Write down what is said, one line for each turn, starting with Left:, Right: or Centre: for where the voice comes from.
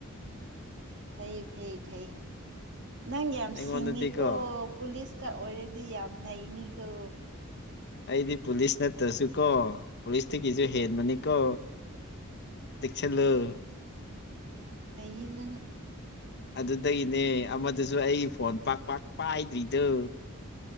Right: ꯐꯩ ꯐꯩ ꯐꯩ ꯅꯪ ꯌꯥꯝ
Left: ꯑꯩꯉꯣꯟꯗꯗꯤꯀꯣ
Right: ꯁꯤꯡꯉꯤꯀꯣ ꯄꯨꯂꯤꯁ ꯀ ꯑꯣꯏꯔꯗꯤ ꯌꯥꯝ ꯅꯅꯤꯀꯣ
Left: ꯑꯩꯗꯤ ꯄꯨꯂꯤꯁ ꯅꯠꯇ꯭ꯔꯁꯨ ꯀꯣ ꯄꯨꯂꯤꯁꯇꯒꯤꯁꯨ ꯍꯦꯟꯕꯅꯤꯀꯣ ꯆꯦꯛꯁꯤꯜꯂꯨ
Right: ꯎꯝ ꯌꯥꯝꯅꯏꯌꯦ ꯅꯪ
Left: ꯑꯗꯨꯗꯒꯤꯅꯦ ꯑꯃꯗꯨꯁꯨ ꯑꯩ ꯐꯣꯟ ꯄꯥꯛ ꯄꯥꯛ ꯄꯥꯏꯗ꯭ꯔꯤꯗꯨ